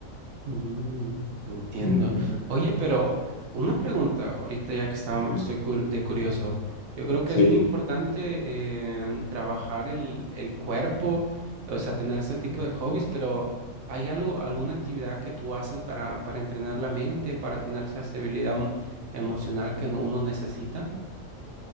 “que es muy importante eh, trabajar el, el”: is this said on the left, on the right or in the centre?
Right